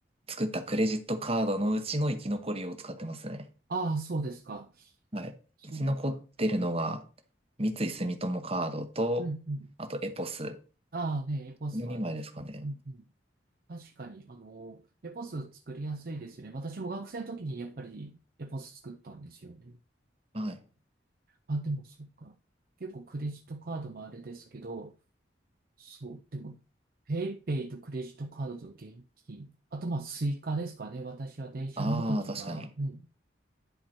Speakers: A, on the right; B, on the right.
A: 作ったクレジットカードのうちの生き残りを使ってますね。
B: ああ、そうですか。
A: はい。
B: そうか。
A: 生き残ってるのが、三井住友カードと、
B: うんうん。
A: あとエポス。
B: ああね、エポスは確かに。
A: この2枚ですかね。
B: うんうん。確かに、あの、エポス作りやすいですよね。私も学生の時にやっぱりエポス作ったんですよね。
A: はい。
B: あ、でもそっか。結構クレジットカードもあれですけど、そう、でも、ペイペイとクレジットカードと現金。あと、まあ、スイカですかね。私は電車乗るときは、
A: ああ、確かに。
B: うん。